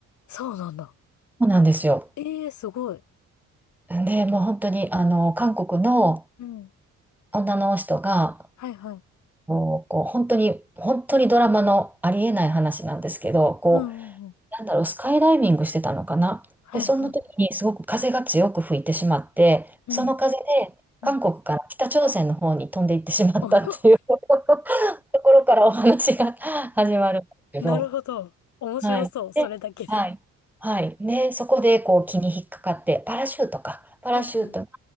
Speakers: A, on the left; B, in the centre.
A: そうなんだ。
B: そうなんですよ。
A: ええー、すごい。
B: で、もう本当に、あの、韓国の
A: うん。
B: 女の人が、
A: はいはい。
B: こう、こう本当に、本当にドラマのありえない話なんですけど、こう、
A: うんうんうん。
B: なんだろう、スカイダイビングしてたのかな。
A: はいはい。
B: で、その時にすごく風が強く吹いてしまって、
A: うん。
B: その風で、
A: うん。
B: 韓国から北朝鮮の方に飛んでいってしまったっていう
A: <laughs>
B: <laughs> ところからお話が始まるんですけど、
A: なるほど。面白そう。
B: はい。
A: それだけで。
B: で、はい。はい。ね、そこでこう気に引っかかって、パラシュートか。パラシュートが
A: <laughs> はいはい。